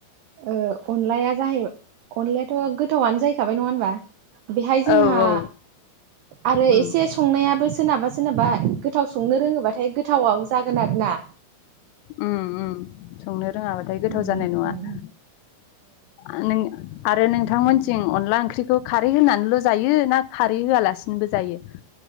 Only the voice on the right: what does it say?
ओ अनलाया जाहैबाय अनलायाथ' गोथावनो जाहै खाबाय नङा होमबा बेहाय जोंहा
आरो
एसे संनायाबो सोरनाबा सोरनाबा गोथाव संनो रोङो बाथाय गोथावाव जागोन आरो ना।
उम
उम